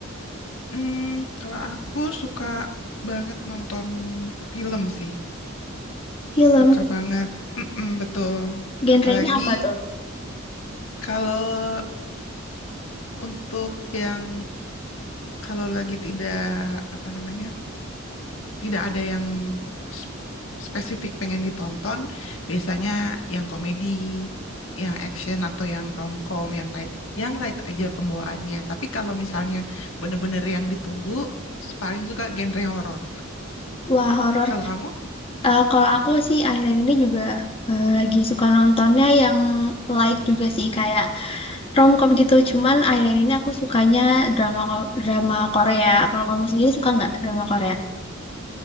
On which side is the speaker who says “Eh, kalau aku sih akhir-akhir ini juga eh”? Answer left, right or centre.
Left